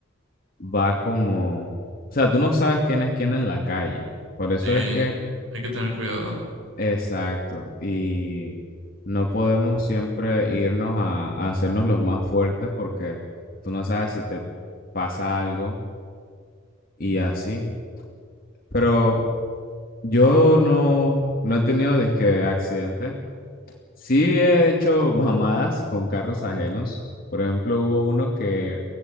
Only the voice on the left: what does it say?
va como, o sea, tú no sabes quién es quién en la calle. Por eso
es que,
exacto, y no podemos siempre irnos a, a hacernos los más fuertes porque tú no sabes si te pasa algo y así. Pero yo no, no he tenido disque accidentes. Sí he hecho mamadas con carros ajenos. Por ejemplo, hubo uno que,